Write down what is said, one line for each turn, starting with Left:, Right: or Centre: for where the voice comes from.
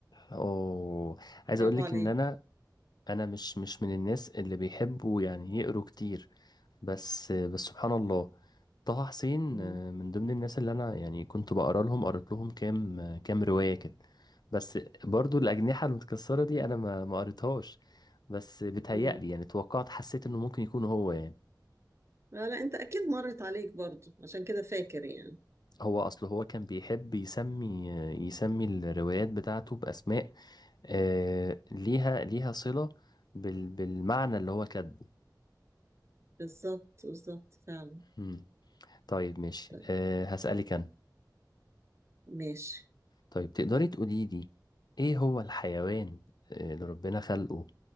Left: أوه عايز
Right: برافو
Left: أقولك
Right: عليك
Left: إن أنا أنا مش مش من الناس اللي بيحبوا يعني يقروا كتير بس بس سبحان الله طه حسين
Right: مم.
Left: آه، من ضمن الناس اللي انا يعني كنت بقرا لهم قريت لهم كام آه، كام روايه كده بس برضو الاجنحه المتكسره دي انا ما ما قريتهاش بس بتهيألي
Right: مم.
Left: يعني توقعت حسيت انه ممكن يكون هو يعني
Right: لا لا انت اكيد مرت عليك برضو عشان كده فاكر يعني
Left: هو اصل هو كان بيحب يسمي آه، يسمي الروايات بتاعته باسماء آه، ليها ليها صله بال- بالمعنى اللي هو كاتبه
Right: بالظبط بالظبط فعلا
Left: مم. طيب ماشي
Right: طيب
Left: آه، هسألك انا
Right: ماشي
Left: طيب تقدري تقولي لي ايه هو الحيوان آه، اللي ربنا خلقه